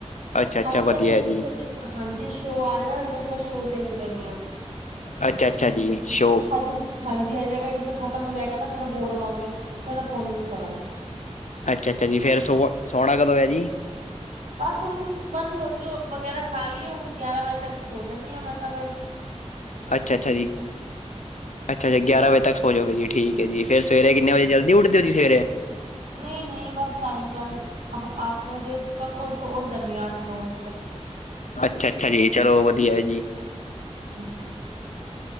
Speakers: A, on the left; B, on the right.
A: ਅੱਛਾ-ਅੱਛਾ
B: ਹਾਂ ਜ
A: ਵਧੀਆ
B: ਹੁਣ
A: ਜੀ
B: ਹਾਂਜੀ ਸ਼ੋਅ ਆ ਰਿਹਾ, ਨਾਂ ਅੱਜ ਮੈਂ ਥੋੜ੍ਹਾ ਸ਼ੋਅ ਦੇਖਦੀ ਰਹਿੰਦੀ ਹਾਂ।
A: ਅੱਛਾ-ਅੱਛਾ ਜੀ। ਸ਼ੋਅ
B: ਹਾਜੀ-ਹਾਂਜੀ-ਹਾਜੀ ਖ਼ਤਮ ਹੋ ਜਾਏਗਾ ਨਾ, ਫਿਰ ਮੈਂ ਬੋਰ ਹੋਵਾਂਗੀ, ਫਿਰ ਮੈਂ ਫੋਨ ਯੂਜ ਕਰਾਂਗੀ।
A: ਅੱਛਾ-ਅੱਛਾ ਜੀ, ਫੇਰ ਸੋ ਸੋਹਣਾ ਕਦੋਂ ਹੈ ਜੀ।
B: ਬਸ ਹੁਣ ਬਸ ਰੋਟੀ ਵਗੈਰਾ ਖਾ ਲਈਏ, ਹੁਣ ਗਿਆਰਾਂ ਵਜੇ ਤੱਕ ਸੋ ਜਾਂਣੀ ਆਂ ਮੈਂ ਤਾਂ ਫੇਰ
A: ਅੱਛਾ-ਅੱਛਾ ਜੀ, ਅੱਛਾ-ਅੱਛਾ, ਗਿਆਰਾਂ ਵਜੇ ਤੱਕ ਸੋ ਜੋਗੇ ਜੀ ਠੀਕ। ਜੀ ਫਿਰ ਸਵੇਰੇ ਕਿਨੇ ਵਜੇ ਜਲਦੀ ਉਠਦੇ ਹੋ ਜੀ ਸਵੇਰੇ
B: ਨਈਂ, ਨਈ ਬਸ ਟਾਈਮ ਨਾਲ। ਆਹ ਅੱਠ ਵਜੇ ਤੱਕ ਉਠ ਜਾਂਦੀ ਹਾਂ, ਅੱਠ ਨੌਂ ਵਜੇ ਤੱਕ।
A: ਅੱਛਾ-ਅੱਛਾ ਜੀ, ਚਲੋ ਵਧੀਆ ਜੀ।
B: <inaudible>